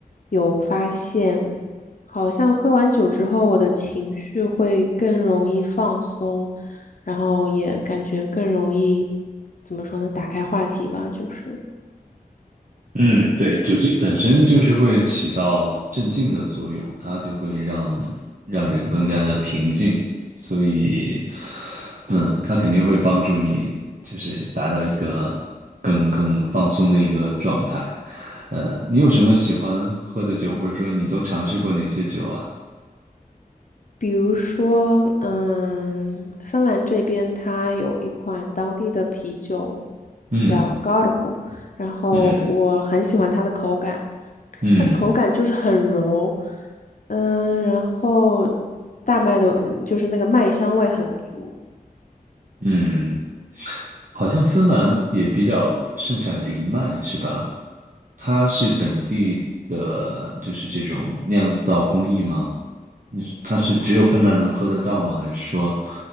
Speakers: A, on the left; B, on the right.
A: 有发现，好像喝完酒之后，我的情绪会更容易放松，然后也感觉更容易，怎么说呢，打开话题吧，就是。
B: 嗯，对，酒精本身就是会起到镇静的作用，它就会让让人更加的平静，所以，嗯，它肯定会帮助你，就是达到一个更更放松的一个状态。呃，你有什么喜欢喝的酒，或者说你都尝试过哪些酒啊？
A: 比如说，嗯，芬兰这边它有一款当地的啤酒
B: 嗯
A: 叫 Karhu，然后我很喜欢它的口感，
B: 嗯嗯
A: 它的口感就是很柔，嗯，然后大麦的，就是那个麦香味很足。
B: 嗯。好像芬兰也比较盛产藜麦，是吧？它是本地的，就是这种酿造工艺吗？你它是只有芬兰能喝得到吗？还是说